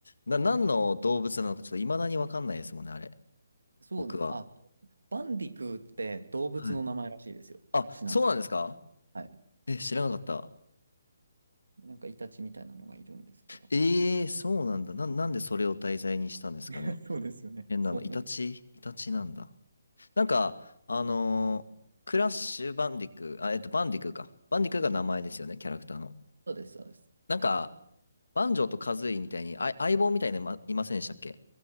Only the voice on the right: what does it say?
そうです。
あ、バンディクーって動物の名前らしいですよ。
ちなみに。
はい。
なんかイタチみたいなのがいるんですけど。
<laughs> そうですよね。
そう思う。
はい。
そうです、そうです。